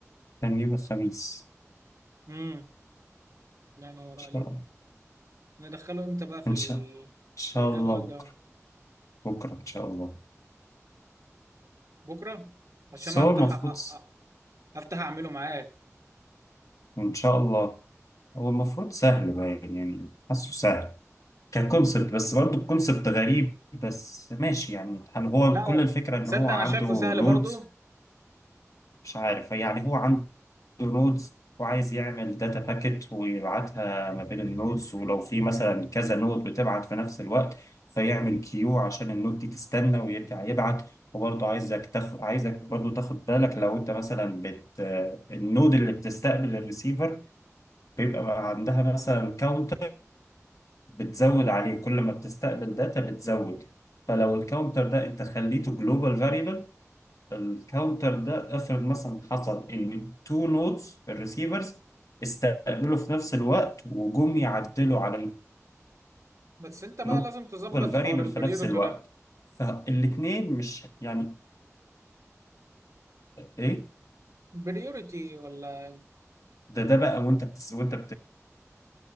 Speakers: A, on the left; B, on the right.
A: كان يوم الخميس
B: امم لا نور
A: إن شاء
B: عليك
A: الله
B: ندخله امتى بقى في
A: إن
B: ال...
A: شاء إن شاء
B: في الجدول
A: الله بكرة
B: ده
A: بكرة إن شاء الله
B: بكره عشان
A: بس
B: افتح
A: هو المفروض
B: أ... أ... افتح اعمله معاك
A: إن شاء الله هو المفروض سهل باين يعني حاسه سهل ككونسبت بس برضه الكونسبت غريب بس ماشي يعني هل هو
B: لا
A: كل
B: هو-
A: الفكرة ان
B: تصدق
A: هو عنده
B: انا شايفه سهل
A: نودز
B: برضه
A: مش عارف يعني هو عنده نودز وعايز يعمل داتا باكيت ويبعتها ما بين النودز ولو في مثلا كذا نود بتبعت في نفس الوقت فيعمل كيو عشان النود دي تستنى ويرجع يبعت وبرضه عايزك تاخد عايزك برضه تاخد بالك لو انت مثلا بت النود اللي بتستقبل الريسيفر بيبقى عندها مثلا كاونتر بتزود عليه كل ما بتستقبل داتا بتزود فلو الكاونتر ده انت خليته جلوبال فاريبل الكاونتر ده افرض مثلا حصل ان تو نودز الريسيفرز استقبلوا في نفس الوقت وجم يعدلوا على
B: بس انت بقى
A: الجلوبال
B: لازم تظبط
A: فاريبل
B: حوار البريوريتي
A: في نفس الوقت
B: ده
A: فالاثنين مش يعني ايه
B: بريوريتي ولا
A: ده ده بقى وانت بتس وانت